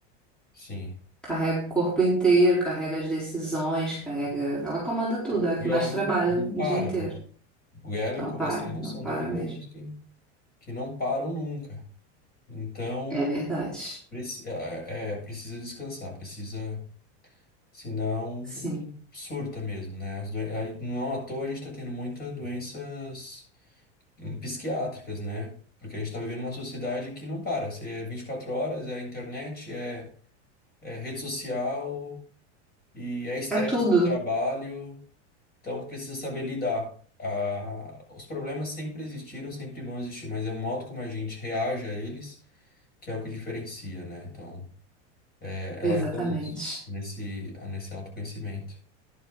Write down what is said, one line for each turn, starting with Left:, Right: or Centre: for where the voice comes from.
Left: sim.
Centre: Carrega o corpo inteiro, carrega as decisões, carrega. Ela comanda tudo, é a
Left: E
Centre: que
Left: ela
Centre: mais
Left: não,
Centre: trabalha
Left: não
Centre: o
Left: para,
Centre: dia inteiro.
Left: né? O ela e
Centre: Não
Left: o coração
Centre: para, não
Left: são
Centre: para
Left: dois
Centre: mesmo.
Left: órgãos que, que não param nunca. Então,
Centre: É verdade.
Left: preci- é, é, precisa descansar, precisa. Senão,
Centre: Sim.
Left: surta mesmo, né? As doen- aí, Não é à toa a gente está tendo muitas doenças hum, psiquiátricas, né? Porque a gente está vivendo uma sociedade que não para. Se é 24 horas, é internet, é, é rede social e é estresse
Centre: É tudo.
Left: do trabalho. Então, precisa saber lidar. Ah, os problemas sempre existiram, sempre vão existir, mas é o modo como a gente reage a eles que é o que diferencia, né? Então, é, ela
Centre: Exatamente.
Left: ajuda nisso, nesse, nesse autoconhecimento.